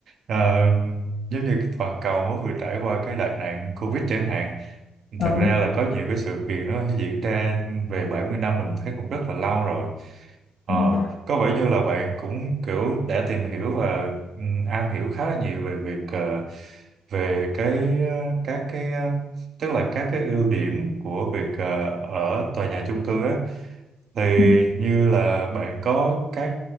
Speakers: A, on the right; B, on the left.
A: ờ, giống như toàn cầu mới vừa trải qua cái đại nạn Covid chẳng hạn
B: ừ,
A: Thật ra là có nhiều cái sự kiện nó diễn ra về 70 năm là mình thấy cũng rất là lâu rồi. Ờ,
B: ừ.
A: có vẻ như là bạn cũng kiểu đã tìm hiểu và ừ, am hiểu khá là nhiều về việc ờ, về cái ờ, các cái ờ, tức là các cái ưu điểm của việc ờ, ở tòa nhà chung cư á thì
B: ừ.
A: như là bạn có các